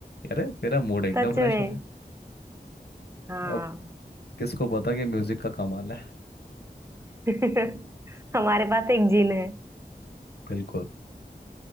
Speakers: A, on the left; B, on the right.
A: अरे तेरा मूड एकदम
B: सच
A: फ्रेश
B: में
A: हो गया
B: हाँ
A: अब किसको पता कि म्यूजिक का कमाल है
B: <laughs> हमारे पास एक जिन है
A: बिल्कुल